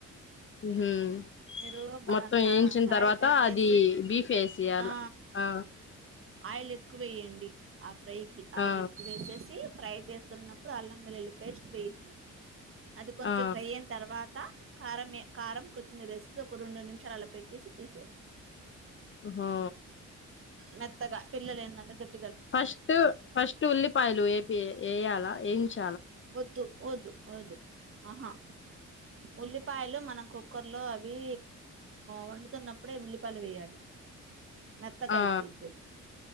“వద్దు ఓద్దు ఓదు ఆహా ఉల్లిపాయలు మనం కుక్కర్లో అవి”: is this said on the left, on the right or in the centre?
Right